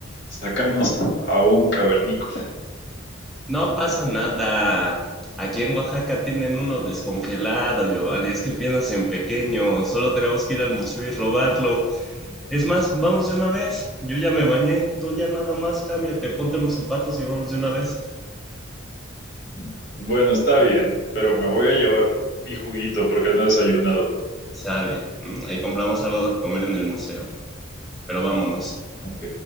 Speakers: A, on the left; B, in the centre.
A: sacamos a un cavernícola.
B: No pasa nada. Aquí en Oaxaca tienen uno descongelado, Giovanni. Es que empiezas en pequeño. Solo tenemos que ir al museo y robarlo. Es más, vamos de una vez. Yo ya me bañé. Tú ya nada más cámbiate, ponte los zapatos y vamos de una vez.
A: Mm, Bueno, está bien, pero me voy a llevar mi juguito porque no he desayunado.
B: Sale. ¿m? Ahí compramos algo de comer en el museo. Pero vámonos.
A: Ok.